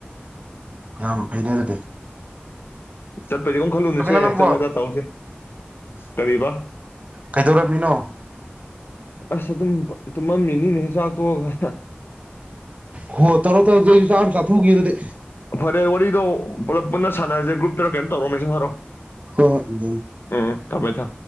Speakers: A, on the right; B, on the left.
A: ꯌꯥꯝ ꯐꯩꯩꯅꯗꯗꯤ
B: ꯆꯠꯄꯩꯗꯤ ꯀꯨꯡ ꯈꯜꯂꯨꯅꯨꯁꯦ
A: ꯅꯪꯕꯣ
B: ꯆꯠꯂꯒ ꯇꯧꯁꯦ ꯀꯔꯤꯕ
A: ꯀꯩꯗꯧꯔꯝꯃꯤꯅꯣ
B: ꯑꯁꯁ ꯑꯗꯨꯝ ꯇꯨꯝꯃꯝꯃꯤꯅꯤꯍꯦ ꯆꯥꯛ ꯇꯣꯛꯑꯒ
A: ꯍꯣ ꯇꯧꯔꯣ ꯇꯧꯔꯣ ꯑꯗꯨꯗ ꯑꯩꯁꯨ ꯆꯥꯛ ꯑꯝ ꯆꯥ ꯊꯣꯛꯎꯒꯤꯒꯦꯗꯨꯗꯤ
B: ꯐꯔꯦ ꯋꯥꯔꯤꯗꯣ ꯄꯨꯂꯞ ꯄꯨꯟꯅ ꯁꯥꯟꯅꯔꯁꯦ ꯒ꯭ꯔꯨꯞꯇꯔ ꯀꯩꯅꯣ ꯇꯧꯔꯣ ꯃꯦꯁ ꯍꯥꯏꯔꯛꯑꯣ
A: ꯍꯣꯏ ꯍꯣꯏ
B: ꯎꯝ ꯇꯃꯦ ꯊ